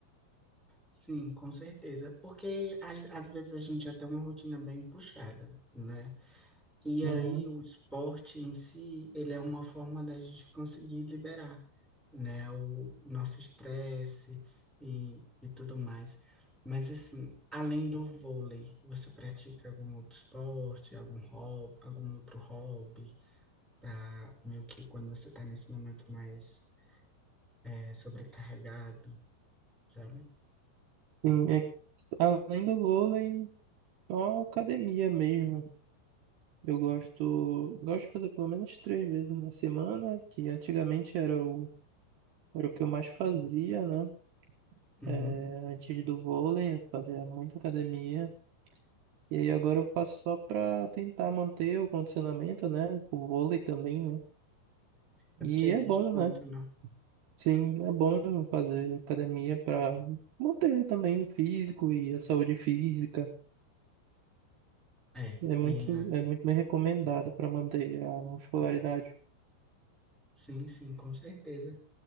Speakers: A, in the centre; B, on the right (about 65°).
A: Sim, com certeza. Porque às, às vezes a gente já tem uma rotina bem puxada, né? E aí
B: Uhum.
A: o esporte em si, ele é uma forma da gente conseguir liberar, né? O, nosso estresse e, e tudo mais. Mas assim, além do vôlei, você pratica algum outro esporte, algum hobby, algum outro hobby, para meio que quando você está nesse momento mais eh, sobrecarregado, sabe?
B: Sim, é, que além do vôlei, só academia mesmo. Eu gosto, gosto de fazer pelo menos três vezes na semana, que antigamente era o, era o que eu mais fazia, né?
A: Uhum.
B: É, antes do vôlei, eu fazia muita academia. E aí agora eu faço só pra tentar manter o condicionamento, né? O vôlei também, né?
A: É
B: E
A: porque exige
B: é bom,
A: muito,
B: né?
A: né?
B: Sim, é bom fazer academia pra manter também o físico e a saúde física.
A: É,
B: É muito,
A: e a-
B: é muito bem recomendado para manter a muscularidade.
A: sim, sim, com certeza.